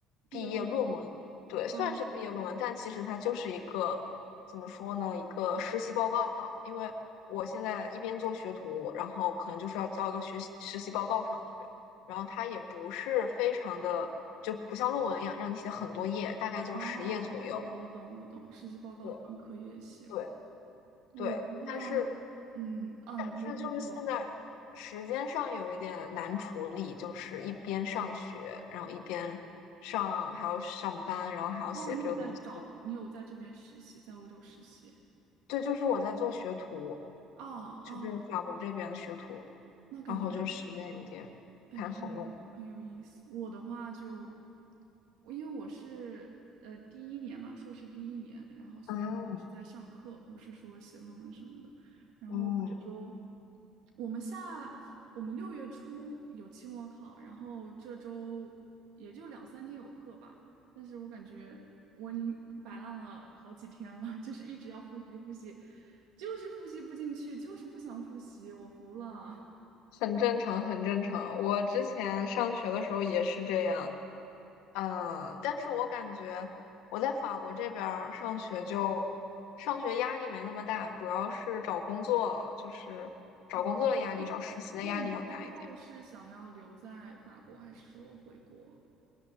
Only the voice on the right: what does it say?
毕业论文吗？
啊
哦，我我懂我懂，实习报告本科也写过。
我的话，
嗯啊，
你可以继续说。
哦，你有在找，
你有在这边实习，在欧洲实习。
哦哦，
那感觉。
感觉很有很有意思。我的话就，我因为我是呃第一年嘛，硕士第一年，然后所以是在上课，
不是说写论文什么的。然后我这周，
我们下我们六月初有期末考，然后这周也就两三天有课吧。但是我感觉我已经摆烂了好几天了，<laughs> 就是一直要复习复习，就是复习不进去，就是不想复习，我服了。
<laughs> 嗯。
嗯，那
那你之后是想要留在法国，还是说回国？